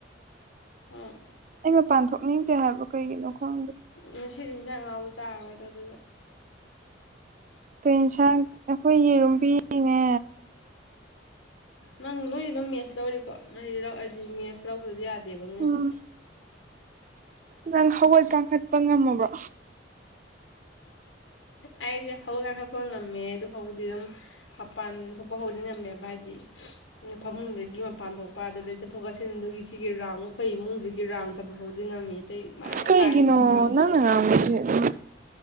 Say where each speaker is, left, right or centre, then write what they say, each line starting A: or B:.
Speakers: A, on the left; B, on the right.
A: ꯍꯣꯏ
B: ꯑꯩ ꯃꯄꯥꯟ ꯊꯣꯛꯅꯤꯡꯗꯦ ꯍꯥꯏꯕ ꯀꯩꯒꯤꯅꯣ ꯈꯪꯗꯦ
A: ꯉꯁꯤꯗꯤ ꯏꯟꯖꯥꯡ ꯉꯥꯎꯕ ꯆꯥꯔꯔꯣꯏꯗꯣ ꯑꯗꯨꯗ
B: ꯀꯩ ꯏꯡꯁꯥꯡ ꯑꯩꯈꯣꯏ ꯌꯦꯔꯨꯝ ꯄꯤꯅꯦ
A: ꯅꯪ ꯅꯣꯏ ꯑꯗꯨꯝ ꯃꯦꯠꯁ ꯂꯧꯔꯤꯀꯣ ꯅꯪꯗꯤ ꯂꯧ ꯑꯩꯗꯤ ꯃꯦꯠꯁ ꯂꯧꯗ꯭ꯔꯗꯤ ꯌꯥꯗꯦꯕ ꯅꯣꯏꯗꯤ
B: ꯎꯝ ꯅꯪ ꯍꯧꯒꯠ ꯀꯥꯡꯈꯠꯄ ꯉꯝꯃꯕ꯭ꯔꯣ
A: ꯑꯩꯁꯦ ꯍꯧꯒꯠ ꯀꯥꯡꯈꯠꯄ ꯉꯝꯃꯦ ꯑꯗꯨ ꯐꯥꯎꯕꯗꯤ ꯑꯗꯨꯝ ꯃꯄꯥꯟ ꯊꯣꯛꯄ ꯍꯧꯗꯤ ꯉꯝꯃꯦꯕ ꯍꯥꯏꯗꯤ ꯐꯃꯨꯡꯗꯒꯤ ꯃꯄꯥꯟ ꯊꯣꯛꯄ ꯑꯗꯨꯗꯒꯤꯩ ꯆꯠꯊꯣꯛ ꯆꯠꯁꯤꯟꯗꯨꯒꯤ ꯁꯤꯒꯤ ꯔꯥꯎꯟ ꯑꯩꯈꯣꯏ ꯏꯃꯨꯡꯁꯤꯒꯤ ꯔꯥꯎꯟ ꯆꯠꯄ ꯐꯥꯎꯗꯤ ꯉꯝꯃꯤ ꯑꯇꯩ ꯃꯌꯥꯝ
B: ꯀꯩꯒꯤꯅꯣ
A: ꯀꯥ ꯍꯦꯟꯅ ꯆꯠꯄ ꯉꯝꯗ꯭ꯔꯒꯁꯨ
B: ꯅꯪꯅ ꯉꯥꯡꯁꯦ ꯑꯗꯨꯝ